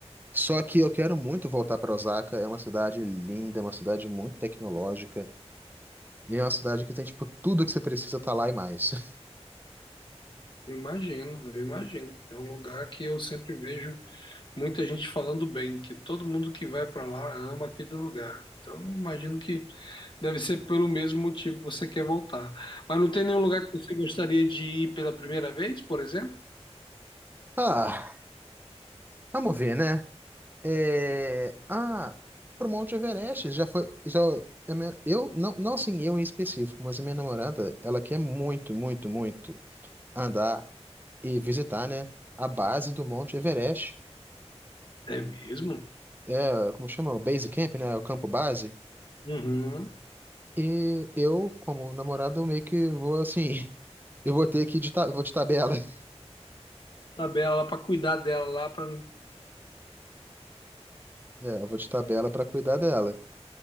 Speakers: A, on the right; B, on the left.
A: Só que eu quero muito voltar para Osaka. É uma cidade linda, uma cidade muito tecnológica. E é uma cidade que tem, tipo, tudo que você precisa tá lá e mais. <laughs>
B: Eu imagino, eu imagino. É um lugar que eu sempre vejo muita gente falando bem, que todo mundo que vai pra lá ama aquele lugar. Então, eu imagino que deve ser pelo mesmo motivo que você quer voltar. Mas não tem nenhum lugar que você gostaria de ir pela primeira vez, por exemplo?
A: Ah, vamos ver, né? É... Ah, pro Monte Everest já foi. Já... a minha- Eu, não, não assim, eu em específico, mas a minha namorada, ela quer muito, muito, muito andar e visitar, né? A base do Monte Everest.
B: É mesmo?
A: É, como chama? O Base Camp, né? O campo base.
B: Uhum.
A: E eu, como namorado, meio que vou assim. <laughs> Eu vou ter que de, ta- vou de tabela. <laughs>
B: Tabela lá para cuidar dela lá para
A: É, eu vou de tabela pra cuidar dela.